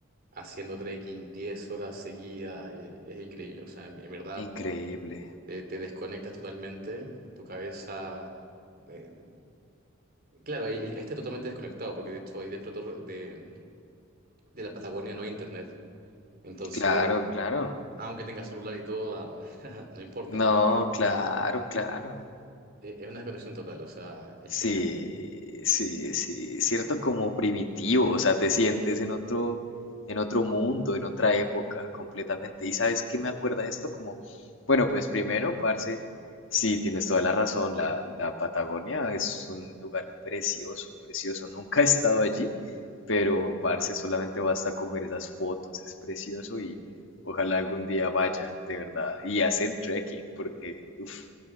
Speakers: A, on the right; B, on the left.
A: haciendo trekking 10 horas seguidas eh, es increíble. O sea, en en verdad...
B: Increíble.
A: te, te desconectas totalmente, tu cabeza... eh, claro, ahí, ahí está totalmente desconectado, porque de hecho ahí dentro de, todo- de- de la Patagonia no hay internet. Entonces,
B: Claro, claro.
A: aunque tengas celular y todo, ah, <laughs> no importa, porque
B: No, claro, claro.
A: e- es una desconexión total, o sea, es
B: Sí,
A: genial.
B: sí, sí, cierto como primitivo, o sea, te sientes en otro, en otro mundo, en otra época completamente. ¿Y sabes qué me acuerda esto? Como, bueno, pues primero, parce, sí, tienes toda la razón, la, la Patagonia es un lugar precioso, precioso. Nunca he estado allí, pero parce, solamente basta con ver esas fotos, es precioso y ojalá algún día vaya, de verdad, y hacer trekking, porque, uff,